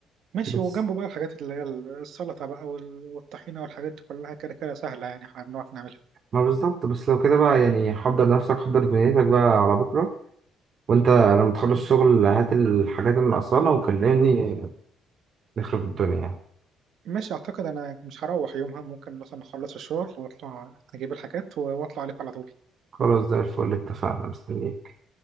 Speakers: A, on the right (about 65°); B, on the right (about 40°).
A: ماشي
B: بس
A: وجنبه بقى الحاجات اللي هي السلطة بقى وال- والطحينة والحاجات دي كلها كده كده سهلة يعني احنا بنعرف نعملها
B: ما بالظبط بس لو كده بقى يعني حضر نفسك حضر دنيتك بقى على بكرة وانت لما تخلص
A: مم.
B: شغل هات الحاجات اللي ناقصانا وكلمني نخرب الدنيا يعني.
A: ماشي أعتقد أنا مش هروح يومها ممكن مثلا أخلص الشغل وأطلع أجيب الحاجات و- وأطلع عليك على طول
B: خلاص زي الفل اتفقنا مستنيك